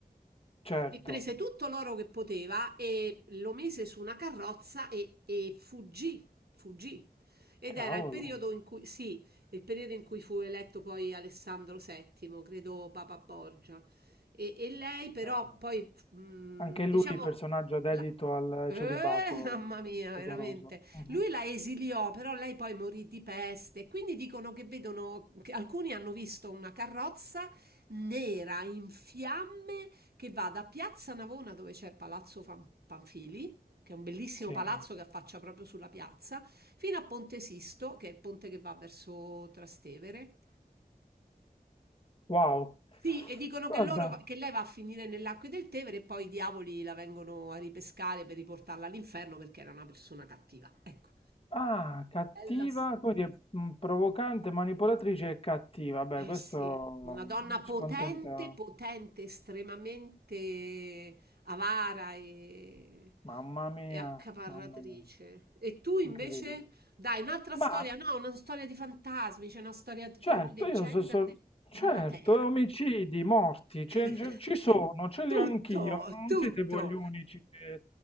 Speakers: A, on the left; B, on the right.
A: Certo.
B: e prese tutto l'oro che poteva e lo mise su una carrozza e, e fuggì, fuggì. Ed
A: Cavolo.
B: era il Ah, sì. periodo in cui, sì, il periodo in cui fu eletto poi Alessandro VII, credo Papa Borgia. E, e lei però
A: Ah.
B: poi, mh,
A: Anche lui
B: diciamo,
A: personaggio dedito
B: la-
A: al
B: eh,
A: celibato
B: <laughs> mamma mia,
A: rigoroso.
B: veramente.
A: Mhm.
B: Lui la esiliò, però lei poi morì di peste. Quindi dicono che vedono, che alcuni hanno visto una carrozza nera in fiamme che va da Piazza Navona, dove c'è Palazzo Fan- Panfili, che è un bellissimo
A: Sì.
B: palazzo che affaccia proprio sulla piazza, fino a Ponte Sisto, che è il ponte che va verso Trastevere.
A: Wow.
B: Sì, e dicono che,
A: Guarda.
B: loro, che lei va a finire nell'acqua del Tevere e poi i diavoli la vengono a ripescare per riportarla all'inferno perché era una persona cattiva. Ecco,
A: Ah, cattiva,
B: bella storia.
A: come dire, mh, provocante, manipolatrice e cattiva. Beh,
B: Eh
A: questo
B: sì, una donna potente,
A: scontenta.
B: potente, estremamente avara e,
A: Mamma mia,
B: e accaparratrice.
A: mamma mia,
B: E tu invece,
A: incredibile.
B: dai, un'altra storia,
A: Ma
B: no, una storia di fantasmi, c'è una storia tipo
A: Certo,
B: la leggenda
A: io so, so-
B: de- di
A: certo,
B: Matera.
A: omicidi, morti, ce-
B: <laughs>
A: ce- ci sono, ce
B: Tutto,
A: li ho anch'io, non
B: tutto.
A: siete voi gli unici che